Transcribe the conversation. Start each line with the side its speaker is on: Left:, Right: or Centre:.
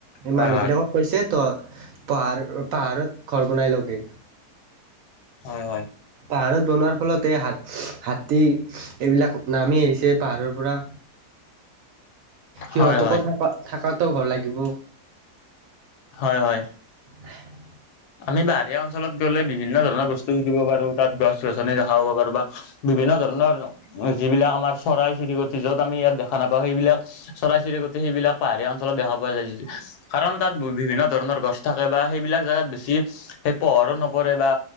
Left: হয়
Right: মানুহ
Left: হয়।
Right: বিলাকক কৈছে তই পাহাৰ পাহাৰত ঘৰ বনাই লবি
Left: হয় হয়
Right: পাহাৰত বনোৱাৰ ফলত এই হা হাতী এইবিলাক নামি আহিছে পাহাৰৰ পৰা সিহঁতকো
Left: হয় হয়
Right: থকা থকাতো ঘৰ লাগিব
Left: হয় হয়
Right: হে
Left: আমি পাহাৰীয়া অঞ্চলত গ'লে বিভিন্ন ধৰণৰ বস্তু শিকিব পাৰো তাত গছ গছনি দেখা পাব পাৰো বা বিভিন্ন ধৰণৰ যিবিলাক আমাৰ চৰাই চিৰিকটি য'ত আমি ইয়াত দেখা নাপাও সেইবিলাক চৰাই চিৰিকটি সেইবিলাক পাহাৰীয়া অঞ্চলত দেখা পোৱা যায় কাৰণ তাত বিভিন্ন ধৰণৰ গছ থাকে বা সেইবিলাক জেগাত বে ছি সেই পোহৰো নপৰে বা